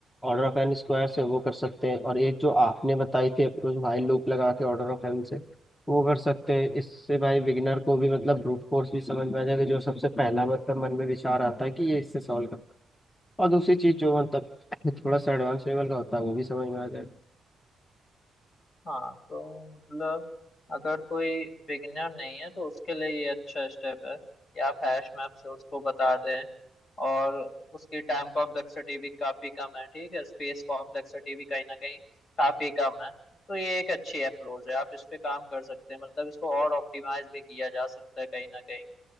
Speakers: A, on the left; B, on the left.
A: ऑर्डर ऑफ एन स्क्वायर से वो कर सकते हैं और एक जो आपने बताई थी अप्रोच भाई लूप लगा के ऑर्डर ऑफ एन से वो कर सकते हैं इससे भाई बिगिनर को भी मतलब ब्रूट फोर्स भी समझ में आ जाएगा जो सबसे पहला मतलब मन में विचार आता है कि ये इससे सॉल्व करना और दूसरी चीज जो मतलब <laughs> थोड़ा सा एडवांस लेवल का होता है वो भी समझ में आ जाएगा
B: हाँ तो मतलब अगर कोई बिगिनर नहीं है तो उसके लिए ये अच्छा स्टेप है कि आप हैश मैप से उसको बता दें और उसकी टाइम कॉम्प्लेक्सिटी भी काफी कम है ठीक है स्पेस कॉम्प्लेक्सिटी भी कहीं ना कहीं काफी कम है तो ये एक अच्छी अप्रोच है आप इस पे काम कर सकते हैं मतलब इसको और ऑप्टिमाइज भी किया जा सकता है कहीं ना कहीं